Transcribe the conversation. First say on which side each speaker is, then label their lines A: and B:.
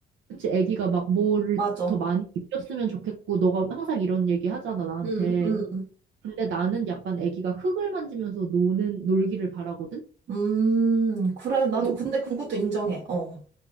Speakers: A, on the right; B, on the right.
A: 그치, 애기가 막 뭐를
B: 맞아.
A: 더 많이 느꼈으면 좋겠고, 너가 항상 이런 얘기 하잖아, 나한테.
B: 응, 응,
A: 근데 나는 약간 애기가 흙을 만지면서 노는, 놀기를 바라거든?
B: 음, 그래. 나도
A: 그,
B: 근데
A: 그러니까.
B: 그것도 인정해. 어.